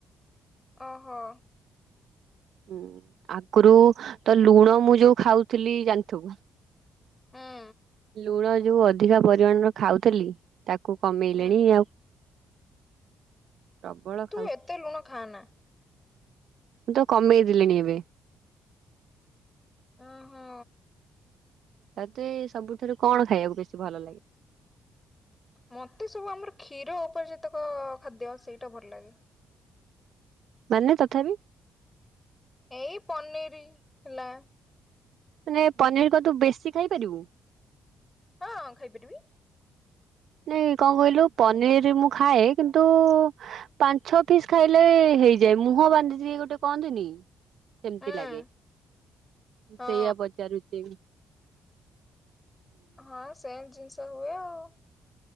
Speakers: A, on the left; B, on the right.
A: ଓହୋ।
B: ହୁଁ ଆଗରୁ ତ ଲୁଣ ମୁଁ ଯୋଉ ଖାଉଥିଲି ଜାଣିଥବୁ।
A: ହୁଁ
B: ଲୁଣ ଯୋଉ ଅଧିକା ପରିମାଣର ଖାଉଥିଲି। ତାକୁ କମେଇଲେଣି
A: ହୁଁ
B: ଆଉ। ପ୍ରବଳ
A: ତୁ
B: ଖାଉଥିଲି।
A: ଏତେ ଲୁଣ ଖାଆନା।
B: ମୁଁ ତ କମେଇ ଦେଲେଣି ଏବେ।
A: ଓହୋ
B: ତତେ ସବୁଠାରୁ କଣ ଖାଇବାକୁ ବେଶୀ ଭଲ ଲାଗେ?
A: ମତେ ସବୁ ଆମର କ୍ଷୀର ଉପରେ ଯେତେକ ଖାଦ୍ୟ ସେଇଟା ଭଲ ଲାଗେ।
B: ମାନେ ତଥାପି।
A: ଏଇ ପନିରି ଥିଲା।
B: ମାନେ ପନିରି କ ତୁ ବେଶୀ ଖାଇପାରିବୁ?
A: ହଁ ଖାଇପାରିବି।
B: ନାଇଁ କଣ କହିଲୁ ପନିର ମୁଁ ଖାଏ କିନ୍ତୁ ପାଞ୍ଚ ଛ ପିସ୍। ଖାଇଲେ ହେଇଯାଏ ମୁହଁ ବାନ୍ଧିଛି ଗୋଟେ କହନ୍ତିନି। ସେମିତି
A: ହୁଁ
B: ଲାଗେ ମୁ
A: ହଁ
B: ସେଇଆା ପଚାରୁଚି।
A: ହଁ ସେନ୍ ଜିନିଷ ହୁଏ ଆଉ।